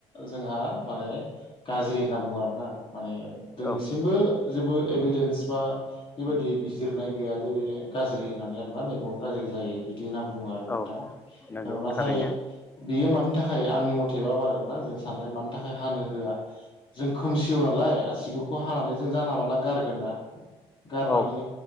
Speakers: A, on the left (about 40°); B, on the left (about 15°).
A: जोंहा माने गाज्रि होनना बुङो आरोना माने दोनैसिमबो
B: औ
A: जेबो एभिडेन्स बा बेबायदि बिजिरनाय गैयाजे बे गाज्रि होननानै आरोना नै बन गाज्रि जायो इदि होनना बुङो आरो नोंथां
B: औ नंगौ
A: नाथाय
B: थारैनो
A: बियो मानि थाखाय आंनि मथेबा आरोना जों साननाय मानि थाखाय हानो होआ जों खोमसियाव नालाय आसिगुरखौ हानानै जों जाना मानला गारगोन ना। गारनानै
B: औ